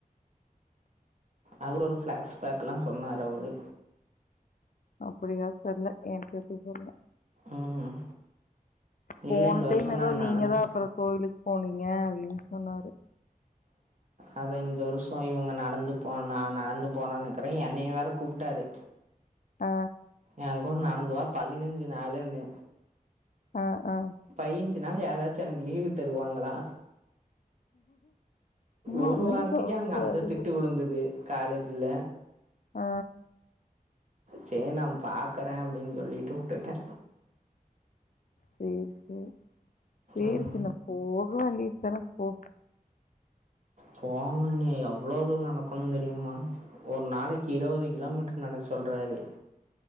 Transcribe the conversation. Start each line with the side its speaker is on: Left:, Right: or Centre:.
Right: அது ஒரு பிளாஸ் பேக்ல்லா சொன்னாரு அவரு
Left: அப்டியா தெர்ல எனக்கு எது தெர்ல
Right: ம்.
Left: போன
Right: இல்ல இந்த
Left: டைம்
Right: வருஷம்
Left: ஏதோ
Right: நான்
Left: நீங்கதா
Right: நடந்
Left: அப்பறோ கோயிலுக்கு போனீங்க அப்டின் சொன்னாரு
Right: அதா இந்த வருஷோ இவங்க நடந்து போனு நா நடந்து போலான்னு இருக்குறே என்னையு வேற கூப்ட்டாரு
Left: ஆ
Right: ஏங் கூட நடந்துவா பதினஞ்சி நாளுன்னு
Left: ஆ ஆ
Right: பையஞ்சி நாள் யாராச்சு எனக்கு லீவு தருவாங்களா
Left: அவ்வளோ
Right: ஒரு வாரத்துக்கே அங்க அந்த
Left: அறிவு.
Right: திட்டு விழுந்தது காலேஜ்ல
Left: ஆ
Right: சேரி நா பாக்குறே அப்டின் சொல்லிட்டு வுட்டுட்டே
Left: சேரி சேரி சேரி
Right: ம்.
Left: சின்னம் போக வேண்டித்தான இப்போ
Right: போங்க அண்ணி எவ்ளோ தூரோ நடக்கணுன்னு தெரியுமா ஒரு நாளைக்கி இருவது கிலோமீட்டர் நடக்க சொல்றாரு